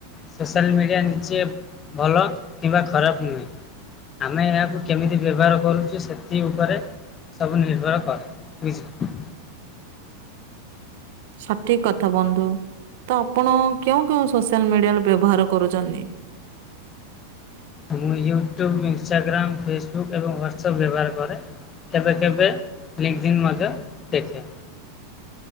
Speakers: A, on the left (about 25°); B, on the right (about 60°).
A: ସୋସିଆଲ୍ ମିଡ଼ିଆ ନିଜେ ଭଲ କିମ୍ବା ଖରାପ ନୁହେଁ। ଆମେ ଏହାକୁ କେମିତି ବ୍ୟବହାର କରୁଛୁ ସେଥି ଉପରେ ସବୁ ନିର୍ଭର କରେ ଉଇସ୍।
B: ସଠିକ୍ କଥା ବନ୍ଧୁ ତ ଆପଣ କେଉଁ କେଉଁ ସୋସିଆଲ ମିଡିଆରେ ବ୍ୟବହାର କରୁଛନ୍ତି?
A: ମୁଁ ୟୁଟ୍ୟୁବ ଇନ୍ ଷ୍ଟାଗ୍ରାମ ଫେସବୁକ୍ ଏବଂ ହ୍ୱାଟସପ୍ ବ୍ୟବହାର କରେ। କେବେ କେବେ ଫିଲ୍ମ <inaudible> ମଧ୍ୟ ଦେଖେ।